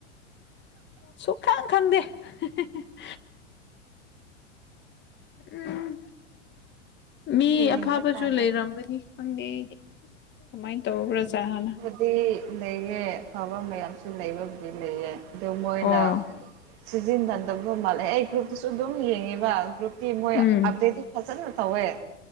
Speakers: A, on the left; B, on the right.
A: ꯁꯨꯡꯈꯥꯡ ꯈꯪꯗꯦ <unintelligible> ꯎꯝ ꯃꯤ
B: ꯌꯦꯡꯕ
A: ꯑꯐꯕꯁꯨ
B: ꯇꯥꯔꯦ
A: ꯂꯩꯔꯝꯒꯅꯤ ꯈꯪꯗꯦꯑꯩꯗꯤ ꯀꯃꯥꯏ ꯇꯧꯕ꯭ꯔꯖꯠꯅꯣ
B: ꯗꯤ ꯂꯩꯌꯦ ꯑꯐꯕ ꯃꯌꯥꯝꯁꯨ ꯂꯩꯕꯕꯨꯗꯤ ꯂꯩꯌꯦ ꯑꯗꯨ ꯃꯣꯏꯅ
A: ꯑꯣ
B: ꯁꯤꯖꯤꯟꯅꯗꯕ ꯃꯥꯜꯂꯦ ꯑꯩ ꯒ꯭ꯔꯨꯞꯇꯨꯁꯨ ꯑꯗꯨꯝ ꯌꯦꯡꯉꯦꯕ ꯒ꯭ꯔꯨꯞꯇꯤ ꯃꯣꯏ
A: ꯎꯝ
B: ꯑꯞꯗꯦꯠ ꯐꯖꯅ ꯇꯧꯋꯦ